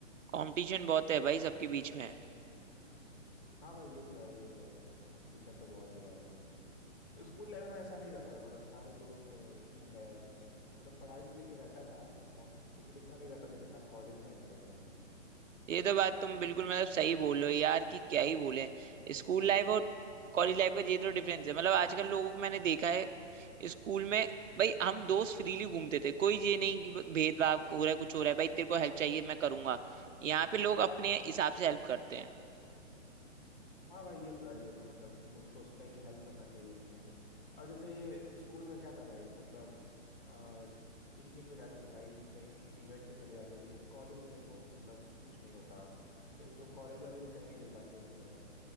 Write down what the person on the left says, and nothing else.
हाँ भाई ये तो है ये तो है कंपटीशन तो बहुत है भाई स्कूल लाइफ में ऐसा नहीं रहता था मतलब सारे दोस्त ठीक है मतलब पढ़ाई को लेके रहता था कौन लेकिन इतना नहीं रहता था जितना कॉलेज लाइफ में है भाई
हाँ भाई ये तो है ये तो है, मतलब कि लोग सोचते हैं कि हेल्प करना चाहिए कि नहीं और जैसे स्कूल में क्या था भाई कि मतलब पिकनिक पे जाते थे भाई कहीं इवेंट पे चले जाते थे लेकिन कॉलेज में देखो मतलब कुछ नहीं होता ये तो कॉलेज वाले भी कहीं नहीं ले जाते मतलब